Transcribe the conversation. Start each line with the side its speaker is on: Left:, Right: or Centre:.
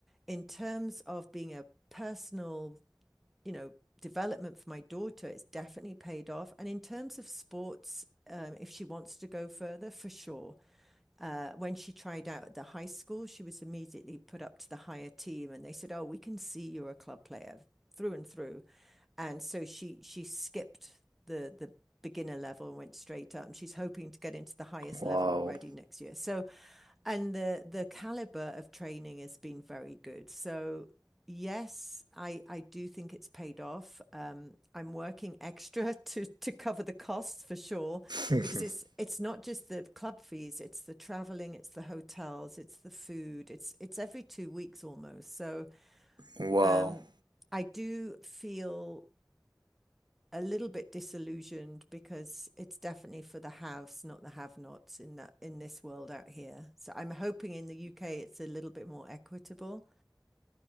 Centre: in terms of being a personal you know, development for my daughter, it's definitely paid off. And in terms of sports, um, if she wants to go further, for sure. Uh, when she tried out at the high school, she was immediately put up to the higher team, and they said, "Oh, we can see you're a club player through and through." And so she she skipped the the beginner level and went straight up. And she's hoping to get into the highest
Right: Wow.
Centre: level already next year. So, and the the caliber of training has been very good. So Yes, I, I do think it's paid off. Um, I'm working extra <laughs> to to cover the costs for sure,
Right: <laughs>
Centre: because it's it's not just the club fees, it's the traveling, it's the hotels, it's the food, it's it's every two weeks almost. So
Right: Wow.
Centre: um, I do feel a little bit disillusioned because it's definitely for the haves, not the have-nots in that in this world out here. So I'm hoping in the UK it's a little bit more equitable.